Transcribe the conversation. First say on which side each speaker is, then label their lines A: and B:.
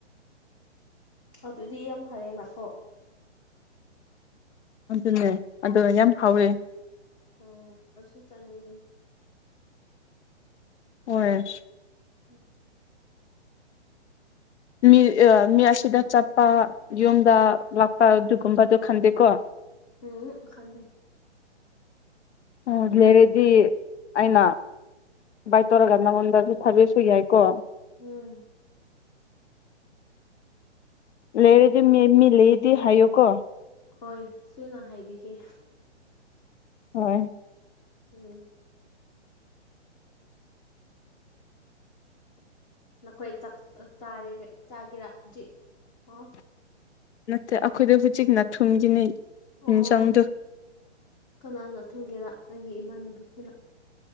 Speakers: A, on the left (about 20°); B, on the left (about 70°).
A: ꯑꯗꯨꯗꯤ ꯌꯥꯝ ꯐꯔꯦ ꯅꯅꯥꯈꯣ
B: ꯑꯗꯨꯅꯦ ꯑꯗꯣ ꯌꯥꯝ ꯍꯥꯎꯋꯦ
A: ꯑ ꯑꯁꯤꯁꯨ ꯆꯅꯤ ꯃ
B: ꯑꯣ
A: ꯎꯝ
B: ꯃꯤ ꯃꯤ ꯑꯁꯤꯗ ꯆꯠꯄ ꯌꯨꯝꯗ ꯂꯥꯛꯄ ꯑꯗꯨꯒꯨꯝꯕꯗ ꯈꯟꯗꯦꯀꯣ
A: ꯎꯝ ꯈꯪꯗꯦ
B: ꯎ ꯂꯩꯔꯦꯗꯤ ꯑꯩꯅ ꯚꯕꯥꯏ ꯇꯧꯔꯒ ꯅꯪꯉꯣꯟꯗꯁꯨ ꯊꯥꯕꯤꯁꯨ ꯌꯥꯏꯀꯣ
A: ꯎꯝ
B: ꯂꯩꯔꯗꯤ ꯃꯤ ꯂꯩꯔꯗꯤ ꯍꯥꯏꯌꯨꯀꯣ
A: ꯍꯣꯏ ꯁꯣꯏꯅ ꯍꯥꯏꯕꯤꯒꯦ
B: ꯍꯣꯏ
A: ꯎꯝ ꯅꯈꯣꯏꯔ ꯆꯥꯒꯦꯔꯥ ꯍꯧꯖꯤꯛ ꯑꯣ
B: ꯅꯠꯇ ꯑꯩꯈꯣꯏꯗ ꯍꯧꯖꯤꯛ ꯅꯥꯊꯨꯝꯒꯤꯅꯤ ꯌꯦꯟꯁꯥꯡꯗ
A: ꯑꯣ ꯀꯅꯥꯅ ꯊꯨꯡꯒꯦꯔꯥ ꯅꯪꯒꯤ ꯏꯃꯥꯟꯅꯨꯕꯤ ꯑꯩꯈꯣꯏꯅ